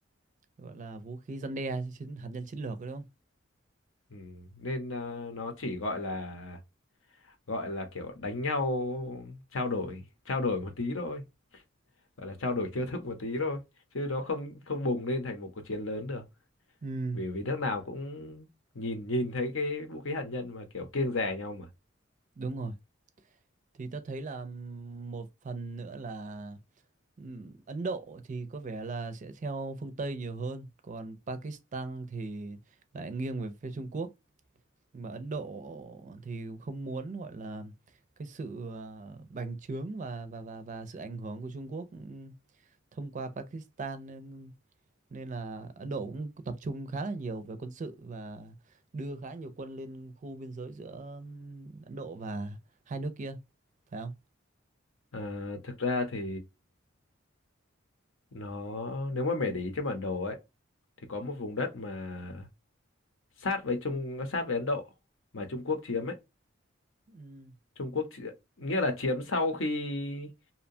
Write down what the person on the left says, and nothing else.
ừ. nên ờ, nó chỉ gọi là gọi là kiểu đánh nhau trao đổi trao đổi một tí thôi gọi là trao đổi chiêu thức một tí thôi chứ nó không không bùng lên thành một cuộc chiến lớn được
vì vì nước nào cũng nhìn nhìn thấy cái vũ khí hạt nhân mà kiểu kiêng dè nhau mà
à, thực ra thì nó nếu mà mày để ý trên bản đồ ấy thì có một vùng đất mà sát với Trung sát với Ấn Độ mà Trung Quốc chiếm ấy
Trung Quốc chỉ, nghĩa là chiếm sau khi